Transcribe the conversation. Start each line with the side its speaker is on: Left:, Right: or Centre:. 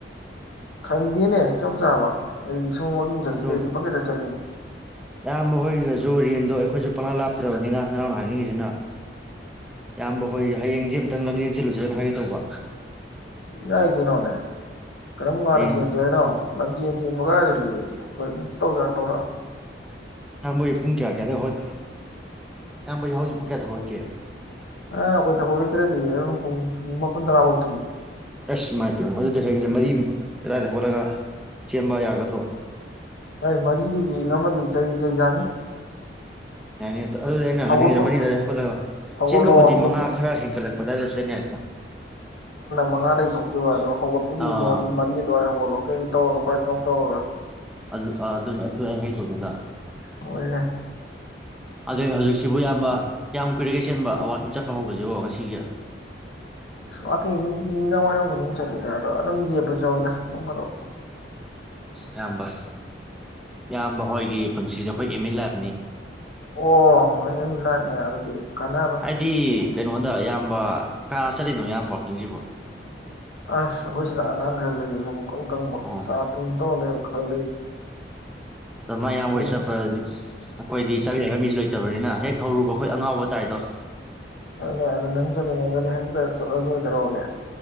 Left: ꯈꯪꯗꯦꯅꯦ ꯆꯞ ꯆꯥꯕ ꯑꯩꯒꯤ ꯁꯨꯝ ꯋꯥꯒꯤꯡ ꯆꯠꯈꯤꯗꯩꯗꯤ
Centre: ꯑꯗꯣ
Left: ꯄꯪꯀꯦꯠꯇ ꯆꯠꯂꯤꯅꯦ
Centre: ꯏꯌꯥꯝꯕ ꯍꯣꯏꯗꯁꯨ ꯔꯦꯟꯗꯣ ꯑꯩꯈꯣꯏꯁꯨ ꯄꯪꯪꯂꯥ ꯂꯥꯞꯇ꯭ꯔꯕꯅꯤꯅ ꯅꯅꯥꯎꯅ ꯍꯥꯏꯅꯤꯡꯉꯤꯁꯤꯅ ꯏꯌꯥꯝꯕ ꯍꯣꯏ ꯍꯌꯦꯡꯁꯦ ꯑ ꯑꯃꯨꯇꯪ ꯂꯝꯖꯦꯟ ꯆꯜꯂꯨꯁꯦꯅ ꯍꯥꯏꯒꯦ ꯇꯧꯕ
Left: ꯌꯥꯏ ꯀꯩꯅꯣꯅꯦ ꯀꯔꯝꯉꯥꯟꯅ
Centre: ꯍꯌꯦꯡ
Left: ꯆꯡꯁ ꯍꯥꯏꯅꯣ ꯅꯞ ꯌꯦꯟꯁꯤꯦꯅ ꯃꯒꯥꯏꯗꯨꯗꯤ ꯍꯣꯏ ꯑꯗꯨꯝ ꯇꯧ ꯇꯧꯔꯛꯑꯅꯤ
Centre: ꯏꯌꯥꯝꯕ ꯍꯣꯏ ꯄꯨꯡ ꯀꯌꯥ ꯀꯌꯥꯗ ꯍꯧꯒꯠꯂꯤꯅꯣ ꯌꯥꯝꯕꯩ ꯌꯥꯍꯧꯖꯦ ꯄꯨꯡ ꯀꯌꯥꯗ ꯍꯧꯒꯠꯀꯦ
Left: ꯑ ꯑꯩꯈꯣꯏ ꯊꯕꯛ ꯂꯩꯇꯔꯗꯤ ꯄꯨꯡ ꯃꯥꯄꯟ ꯇꯔꯥꯕꯧ ꯇꯨꯝ
Centre: ꯑꯁ ꯏꯃꯥꯏ ꯄꯦꯝꯃ ꯑꯗꯨꯗꯤ ꯍꯌꯦꯡꯁꯦ ꯃꯔꯤ ꯑꯗꯥꯏꯗ ꯍꯧꯒꯠꯂꯒ ꯆꯦꯟꯕ ꯌꯥꯒꯗ꯭ꯔꯣ
Left: ꯍꯩ ꯃꯔꯤꯗꯨꯗꯤ ꯉꯟꯃꯜꯂꯤ ꯆꯩꯂꯤꯆ ꯌꯥꯅꯤ
Centre: ꯌꯥꯅꯤ ꯑꯗꯨꯗ ꯑꯩꯅ
Left: ꯍꯧꯒꯠꯄ
Centre: ꯍꯥꯏꯅꯤꯡꯉꯤꯗ ꯃꯔꯤ ꯑꯗꯨꯋꯥꯏꯗ ꯍꯧꯒꯠꯂꯒ
Left: ꯍꯧꯒꯠꯂꯣ
Centre: ꯆꯦꯟꯕꯕꯨꯗꯤ
Left: ꯍꯧꯒꯠꯄ
Centre: ꯃꯉꯥ ꯈꯔ ꯍꯦꯟꯒꯠꯂꯛꯄ ꯑꯗꯨꯋꯥꯏꯗ ꯆꯦꯟꯕ ꯌꯥꯏꯗꯅ
Left: ꯃꯉꯥꯗꯒꯤ ꯊꯣꯛꯈꯤꯕ ꯑꯗꯣ ꯍꯧꯒꯠꯄꯨꯗꯤ
Centre: ꯑꯥ
Left: ꯃꯔꯤ ꯃꯔꯤ ꯑꯗꯨꯋꯥꯏ ꯍꯧꯒꯠꯂꯣ ꯀꯩ ꯇꯧꯔꯒ ꯕꯔꯁ ꯅꯨꯡ ꯇꯧꯔꯒ
Centre: ꯑꯗꯨ ꯑ ꯑꯗꯨ ꯑꯗꯨ ꯍꯥꯏꯒꯦ ꯇꯧꯅꯤꯗꯥ
Left: ꯑꯣꯏꯅꯦ
Centre: ꯍ ꯍꯧꯖꯤꯛꯁꯤꯕꯨ ꯏꯌꯥꯝꯕ ꯀꯌꯥꯝ ꯀꯨꯏꯔꯒꯦ ꯆꯦꯟꯕ ꯋꯥꯛꯀꯤꯡ ꯆꯠꯄ ꯍꯧꯕꯁꯤꯕꯣ ꯉꯁꯤꯒꯤ
Left: ꯋꯥꯀꯤꯡ ꯅꯨꯡꯇꯤ ꯅꯨꯃꯤꯗꯥꯡ ꯋꯥꯔꯝꯒ ꯡ ꯆꯠꯂꯤꯗ ꯑꯗꯣ ꯑꯗꯨꯝ ꯂꯦꯞꯄꯁꯨ ꯌꯥꯎꯋꯤꯗ ꯅꯣꯡ ꯐꯥꯗꯣꯛ
Centre: ꯏꯌꯥꯝꯕ ꯏꯌꯥꯝꯕ ꯍꯣꯏꯒꯤ ꯄꯨꯟꯁꯤꯁꯦ ꯑꯩꯈꯣꯏ ꯑꯦꯝ ꯏꯟ ꯂꯥꯏꯐ
Left: ꯑꯣ ꯅꯣꯏ ꯑꯦꯝ ꯏꯟ ꯂꯥꯏꯐꯅꯦ ꯑꯗꯨꯗꯤ ꯀꯅꯥꯔꯣꯏ
Centre: ꯍꯥꯏꯗꯤ ꯀꯩꯅꯣꯗ ꯏꯌꯥꯝꯕ ꯀꯅꯥ ꯀꯅꯥ ꯆꯠꯂꯤꯅꯣ ꯏꯌꯥꯝꯕ ꯋꯥꯜꯀꯤꯡꯁꯤꯕꯣ
Left: ꯑꯁ ꯑꯩꯈꯣꯏ ꯁꯤꯗ ꯑꯉꯥꯡ ꯈꯔ ꯂꯩꯔꯤ ꯃꯕꯨꯛ ꯏꯀꯪ ꯀꯪꯕ
Centre: ꯑꯣ
Left: ꯆꯥ ꯇꯨꯝ ꯇꯧꯔ ꯂꯩꯕ ꯈꯔ ꯂꯩ
Centre: ꯁꯃꯥꯏ ꯌꯥꯝ
Left: ꯑꯗꯨꯒ
Centre: ꯍꯣꯏ ꯆꯠꯄꯗꯗꯤ
Left: ꯆꯠꯂꯦ
Centre: ꯑꯩꯈꯣꯏꯗꯤ ꯆꯠꯃꯤꯟꯅꯅꯕ ꯃꯤꯁꯨ ꯂꯩꯇꯕꯅꯤꯅ ꯍꯦꯛ ꯍꯧꯔꯨꯕ ꯑꯩꯈꯣꯏ ꯑꯉꯥꯎꯕ ꯇꯥꯏꯗꯣ
Left: ꯔ ꯅꯪꯁꯨꯅꯤ ꯍꯪ ꯆꯠꯂꯂꯣꯏꯔꯦ ꯀꯩꯗꯧꯔꯒꯦ